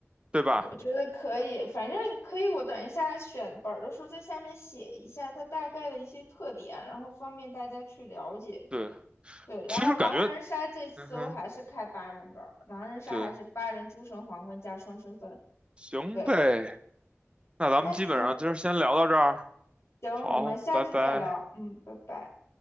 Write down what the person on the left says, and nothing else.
我觉得可以，反正可以。我等一下选本儿的时候，在下面写一下它大概的一些特点，然后方便大家去了解。
对，然后狼人杀这次我还是开八人本儿狼人杀还是八人诸神黄昏加双身份。
对，
那行行，
我们下次再聊。
嗯，拜拜。